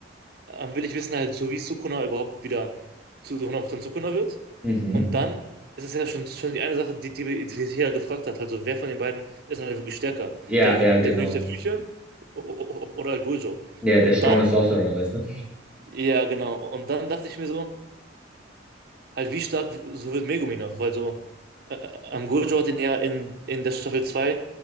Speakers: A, on the right (about 55°); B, in the centre.
A: ähm, will ich wissen halt, so wie Sukuna überhaupt wieder zu 100% Sukuna wird.
B: Mhm.
A: Und dann ist es ja schon, schon die eine Sache, die, die, die sich ja gefragt hat, also wer von den beiden ist halt wirklich stärker?
B: Ja,
A: Der,
B: ja,
A: der
B: genau.
A: König der Flüche o- o- oder halt Gojo?
B: Ja,
A: Und
B: der Strongest
A: dann,
B: Sorcerer, weißt du?
A: ja genau, und dann dachte ich mir so, halt wie stark so wird Megumi noch, weil so äh, ähm, Gojo hat ihn ja in, in der Staffel 2